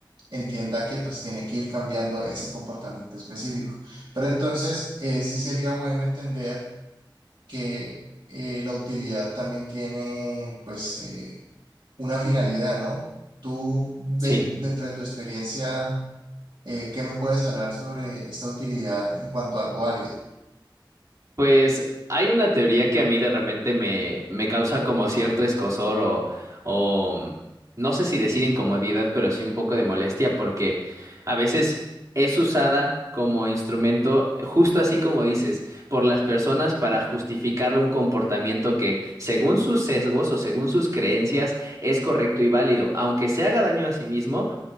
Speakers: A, on the right; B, on the right.
A: entienda que pues tiene que ir cambiando ese comportamiento específico. Pero entonces eh, sí sería bueno entender que eh, la utilidad también tiene pues... eh, una finalidad, ¿no? Tú, de-
B: Sí.
A: dentro de tu experiencia, eh, ¿qué me puedes hablar sobre esta utilidad en cuanto al válido?
B: Pues hay una teoría que a mí de repente me, me causa como cierto escozor o, o mm, no sé si decir incomodidad, pero sí un poco de molestia porque a veces es usada como instrumento, justo así como dices, por las personas para justificar un comportamiento que según sus sesgos o según sus creencias es correcto y válido, aunque se haga daño a sí mismo